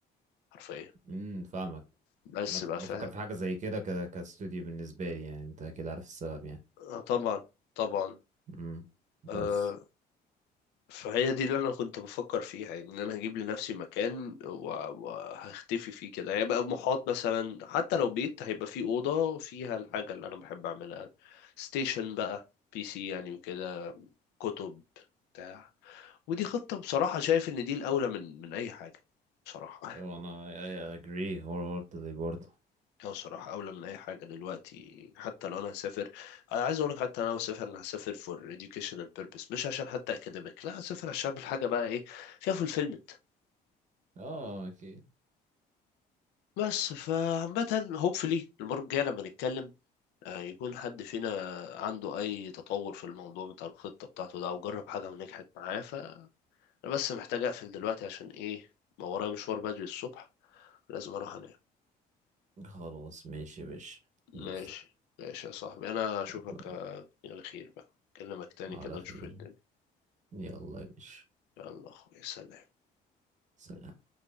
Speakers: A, on the left; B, on the right.
A: حرفيا
B: امم فاهمك
A: بس
B: انا كنت
A: بقى فاهم
B: بفكر في حاجه زي كده ك... كاستوديو بالنسبه لي يعني انت كده عارف السبب يعني
A: آه، طبعا طبعا
B: امم
A: آه،
B: بس
A: فهي دي اللي انا كنت بفكر فيها يعني ان انا هجيب لنفسي مكان و- وهختفي فيه كده هيبقى محاط مثلا حتى لو بيت هيبقى فيه اوضه فيها الحاجه اللي انا بحب اعملها ستيشن بقى بي سي يعني وكده كتب بتاع ودي خطه بصراحه شايف ان دي الاولى من من اي حاجه بصراحه
B: وانا I agree wholeheartedly برضه
A: اه صراحة أولى من أي حاجة دلوقتي حتى لو أنا هسافر أنا عايز أقولك حتى لو أنا هسافر أنا هسافر for educational purpose مش عشان حتى academic لا هسافر عشان أعمل حاجة بقى إيه فيها fulfillment
B: اه اوكي
A: بس فعامة hopefully المرة الجاية لما نتكلم آه، يكون حد فينا عنده أي تطور في الموضوع بتاع الخطة بتاعته ده أو جرب حاجة ونجحت معاه فأنا بس محتاج أقفل دلوقتي عشان إيه ما ورايا مشوار بدري الصبح لازم أروح أنام
B: خلاص ماشي يا باشا
A: ماشي
B: يلا
A: ماشي يا صاحبي أنا أشوفك
B: يلا
A: آه، على خير بقى أكلمك تاني
B: على
A: كده
B: خير
A: نشوف الدنيا
B: يلا يا باشا
A: يلا اخويا سلام
B: سلام